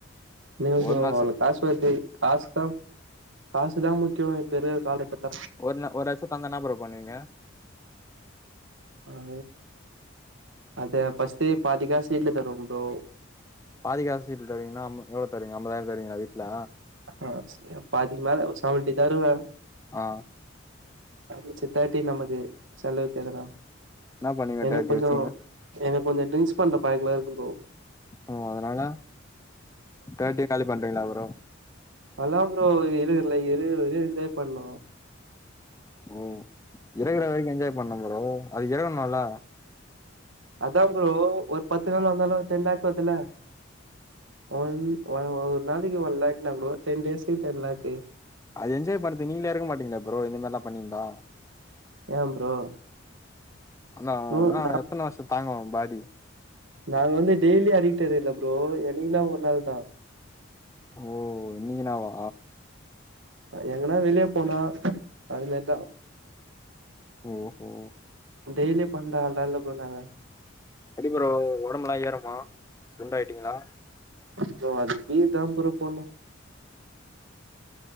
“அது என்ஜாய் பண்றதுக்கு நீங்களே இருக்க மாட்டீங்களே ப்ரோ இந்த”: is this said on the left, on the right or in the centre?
Left